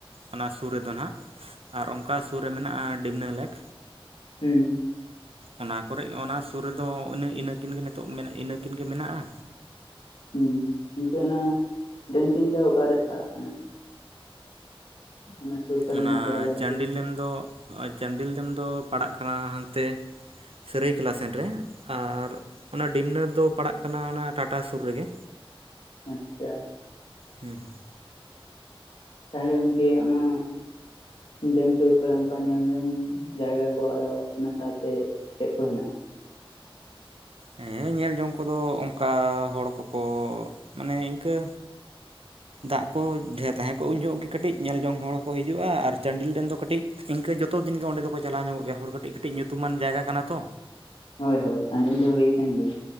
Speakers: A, on the right; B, on the left.
A: ᱚᱱᱟ ᱥᱩᱨ ᱨᱮᱫᱚ ᱱᱟᱜ ᱟᱨ ᱚᱱᱠᱟ ᱥᱩᱨ ᱨᱮ ᱢᱮᱱᱟᱜᱼᱟ ᱰᱤᱢᱱᱟ ᱞᱮᱠ
B: ᱦᱩᱸ
A: ᱚᱱᱟ ᱠᱚᱨᱮ ᱚᱱᱟ ᱥᱩᱨ ᱨᱮᱫᱚ ᱤᱱᱟᱹ ᱤᱱᱟᱹᱠᱤᱱᱜᱮ ᱱᱤᱛᱚᱜ ᱤᱱᱟᱹ ᱠᱤᱱᱜᱮ ᱢᱮᱱᱟᱜᱼᱟ
B: ᱦᱩᱸ, ᱜᱚᱝᱠᱮ ᱚᱱᱟ ᱰᱮᱢ ᱠᱤᱱ ᱫᱚ ᱚᱠᱟᱨᱮ ᱯᱟᱲᱟᱜ ᱠᱟᱱᱟ ᱚᱱᱟ ᱥᱩᱨ ᱠᱚᱨᱮᱱᱟᱜ
A: ᱚᱱᱟ
B: ᱡᱟᱭᱜᱟ
A: ᱪᱟᱱᱰᱤᱞ
B: ᱠᱚ
A: ᱰᱮᱢ ᱫᱚ ᱱᱚᱜ-ᱚᱭ ᱪᱟᱱᱰᱤᱞ ᱰᱮᱢ ᱫᱚ ᱯᱟᱲᱟᱜ ᱠᱟᱱᱟ ᱦᱟᱱᱛᱮ ᱥᱟᱹᱨᱟᱹᱭᱠᱮᱞᱟ ᱥᱮᱱ ᱨᱮ ᱟᱨ ᱚᱱᱟ ᱰᱤᱢᱱᱟ ᱫᱚ ᱯᱟᱲᱟᱜ ᱠᱟᱱᱟ ᱚᱱᱟ ᱴᱟᱴᱟ ᱥᱩᱨ ᱨᱮᱜᱮ
B: ᱟᱪᱪᱷᱟ
A: ᱦᱩᱸ ᱦᱩᱸ
B: ᱛᱟᱦᱞᱮ ᱜᱚᱝᱠᱮ ᱚᱱᱟ ᱰᱮᱢ ᱥᱩᱨ ᱠᱚᱨᱮ ᱚᱱᱠᱟ ᱧᱮᱞᱡᱚᱝ ᱡᱟᱭᱜᱟ ᱠᱚ ᱟᱨᱚ ᱚᱱᱟ ᱥᱟᱶᱛᱮ ᱪᱮᱫ ᱠᱚ ᱦᱮᱱᱟᱜᱼᱟ
A: ᱦᱮᱸ ᱧᱮᱞ ᱡᱚᱝ ᱠᱚᱫᱚ ᱚᱝᱠᱟ ᱦᱚᱲ ᱠᱚᱠᱚ ᱢᱟᱱᱮ ᱤᱱᱠᱟᱹ ᱫᱟᱜ ᱠᱚ ᱰᱷᱮᱨ ᱛᱟᱦᱮᱸ ᱠᱚᱜ ᱩᱱ ᱡᱚᱦᱚᱜ ᱜᱮ ᱠᱟᱹᱴᱤᱡ ᱧᱮᱞ ᱡᱚᱝ ᱦᱚᱲ ᱦᱚᱸᱠᱚ ᱦᱤᱡᱩᱜᱼᱟ ᱟᱨ ᱪᱟᱱᱰᱤᱞ ᱰᱮᱢ ᱫᱚ ᱠᱟᱹᱴᱤᱡ ᱤᱱᱠᱟᱹ ᱡᱚᱛᱚ ᱫᱤᱱ ᱜᱮ ᱚᱸᱰᱮ ᱫᱚᱠᱚ ᱪᱟᱞᱟᱣ ᱧᱚᱜ ᱜᱮᱭᱟ ᱦᱚᱲ ᱠᱟᱹᱴᱤᱡ, ᱠᱟᱹᱴᱤᱡ ᱧᱩᱛᱩᱢᱟᱱ ᱡᱟᱭᱜᱟ ᱠᱟᱱᱟ ᱛᱚ
B: ᱦᱳᱭ ᱦᱳᱭ ᱟᱸᱡᱚᱢ ᱫᱚ ᱦᱩ ᱟᱠᱟᱱ ᱜᱮᱭᱟ